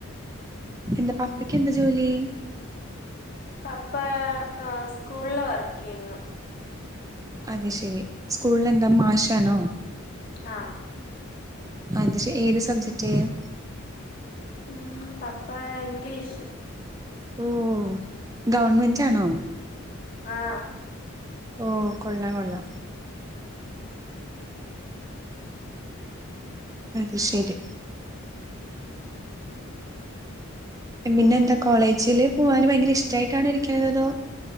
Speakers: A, on the right; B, on the left.
A: എന്റെ പപ്പക്ക് എന്താ ജോലി.....
B: പപ്പ ഏ അ സ്കൂൾല് വർക്ക് ചെയ്യുന്നു.....
A: അത് ശെരി സ്കൂളിലെന്താ മാശാനോ....
B: ആഹ്....
A: അത് ക്ഷ ഏത് സബ്ജെക്റ്റ്.. ചെയ്യാ....
B: ഉം പപ്പാ ഇംഗ്ലീഷ്....
A: ഓ.. ഗവൺമെന്റാണോ...
B: ആഹ്....
A: ഓ കൊള്ളാം കൊള്ളാം...... അത് ശരി...... പിന്നെന്താ കോളേജില് പോവാന് ഭയങ്കര. ഇഷ്ടായി ട്ടാണോ ഇരിക്കണത് അതോ..